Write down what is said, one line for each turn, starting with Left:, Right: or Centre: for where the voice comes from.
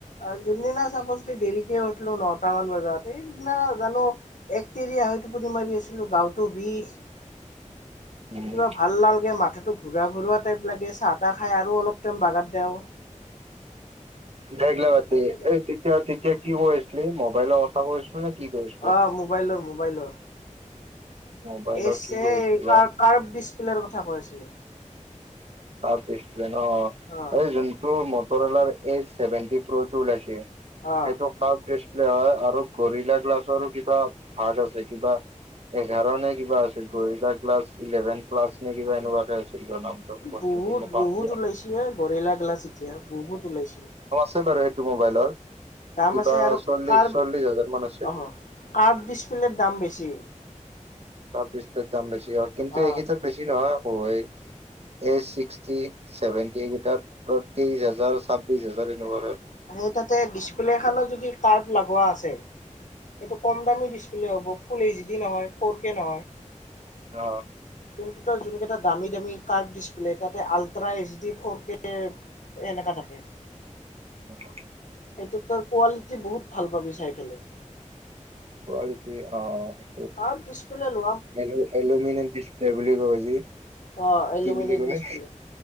Left: আ যোন দিনা চাপছ দেৰিকে উঠলো নটা মান বজাত এইদিনা জানো এক তেৰিয়া হয় টোপুনি মাৰি আছিলো গাঁতো বিষ।
Right: উম।
Left: কিবা ভাল নালগে মাথটো ঘূৰা-ঘৰুৱা টাইপ লাগে চাহ-তাহ খাই আৰু অলপ টাইম বাগাত দিওঁ।
Right: বেগ লবতি
Left: লাগে।
Right: তেতিয়া তেত এতিয়া কি কৰি আছিলি, মোবাইল অচা কৰিছিলো নে? কি কৈ আছিলি?
Left: অ মোবাইলৰ-মোবাইলৰ।
Right: মোবাইলৰ
Left: এই
Right: কি কৈ আছিলি
Left: কাৰ
Right: বা
Left: কাৰ্ব ডিছপ্লেৰ কথা কৈ আছিলে।
Right: কাৰ্ভ দিছ অই,
Left: অ।
Right: এই যোনটো মতৰৱলা এ চেভেন্তি প্ৰ টো ওলাইছে,
Left: অ
Right: সেইটো কাৰ্ব হয় আৰু গৰিলা গ্লাছৰ কিবা ভাগ আছে কিবা এঘাৰ নে কিবা আছিল গৰিলা গ্লাছৰ ইলেভেন প্লাছ নে কিবা সেনেকুৱাকে আছিল। <unintelligible> নামটো বস্তুটো
Left: বহুত-বহুত
Right: মই পাহৰিলোঁ
Left: ওলাইছে এ গৰেলা গিলাচ এতিয়া বহুত ওলাইছে।
Right: ছে বাৰু সেইটো মোবাইলৰ।
Left: দাম
Right: কিবা
Left: আছে আৰু
Right: চল্লিশ
Left: কাৰ্ব,
Right: চল্লিশ হাজাৰ মান আছিল
Left: অ, কাৰ্ব ডিচপ্লেৰ দাম বেছি।
Right: ডিচপ্লে দাম বেছি। কিন্তু
Left: অ
Right: এইকেইটাৰ বেছি নহয়। এই ছিক্সটি, চেভেন্টি এই কেইটাত ত্ৰিশ হাজাৰ ছাব্বিশ হাজাৰ এনেকুৱা হয়।
Left: সেই তাতে ডিচপ্লে খত যদি কাৰ্প লগোৱা আছে। এইটো কম দামী ডিচপ্লে হ'ব, ফুল এইচ ডি নহয় ফ'ৰ কে নহয়।
Right: অহ
Left: যোন কেই দামী দাম কাৰ ডিচপ্লে তাতে ultra H D four K এনেকা থাকে।
Right: অহ
Left: এইটো তই কোৱালিটি বহুত ভাল পাবি চাই পেলাই।
Right: কোৱালিটি অহ।
Left: আম পিছ পিলে ল
Right: এলু- এলুমিনিয়াম ডিছপ্লে বুলি কবি যি,
Left: অ এলুমিনেট
Right: কি বুলি কম
Left: ডিচপ্লে
Right: এ?